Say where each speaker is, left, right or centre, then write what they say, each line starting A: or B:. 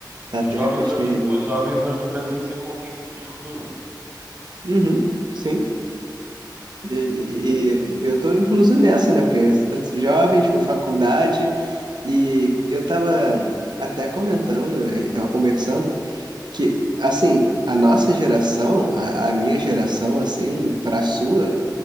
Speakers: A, on the right; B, on the right.
A: Da
B: Os
A: Terra
B: jovens
A: é Parte
B: hoje,
A: Terrível.
B: os jovens hoje no Brasil, não sei qual o que que vai ter de futuro, mano.
A: Uhum, sim. E, e-
B: E-
A: e eu tô incluso nessa, né? Porque eu sou jovem, tipo, faculdade, e eu tava até comentando, eh, tava conversando, que, assim, a nossa geração, a, a minha geração, assim, pra sua,